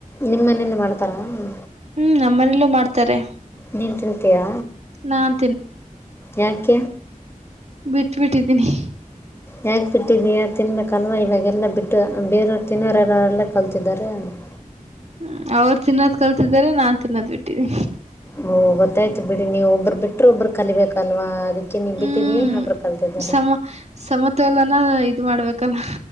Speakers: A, on the left; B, on the right.
A: ನಿಮ್ಮ ಮನೇಲಿ ಮಾಡ್ತಾರ ಹ
B: ಹ್ಮ್ ನಮ್ಮನೇಲ್ಲೂ ಮಾಡ್ತಾರೆ
A: ನ ತಿಂತಯಾ
B: ನಾನ್
A: ಯಾಕ್ಕ
B: ಬಿಟ್ ಬಿಿಟ್ಟಿದ್ದೀನಿ
A: ಯಾಕ ಬಿಟ್ಟಿದಿ ತಿನ್ಬೇಕಲ್ವಾ ಇವಾಗೆಲ್ಲಾ ಬಿಟ್ಟು ಬೇರೆಯವರು ತಿನ್ನೋರೆಲ್ಲರೆಲ್ಲ ಕಲ್ತಿದ್ದಾರೆ ಟನ್ <unintelligible>
B: ್ಮ <unintelligible> ಅವ್ರು ತಿನ್ನೋದ್ ಕಲ್ಸಿದಿದ್ದಾರೆ ನಾನ್ ತಿನ್ನೋದ್ ಬಿಟ್ಟಿದಿ
A: ಹ ಗೊತ್ತಾಯ್ತು ಬಿಡಿ ನೀವು ಒಬ್ರು ಬಿಟ್ರೆ ಒಬ್ಬರು ಕಲಿಬೇಕಲ್ವಾ ಅದಕ್ಕೆ ನೀವು
B: ಹ್ಮ್
A: ಬಿಟ್ಟಿದ್ದೀಯ ಇನ್ನೊಬ್ರು ಕಲ್ತಿದ್ದಾರೆ
B: ಸಮ ಸಮತೋಲನ ಇದ್ ಮಾಡ್ಬೇಕಲ್ಲ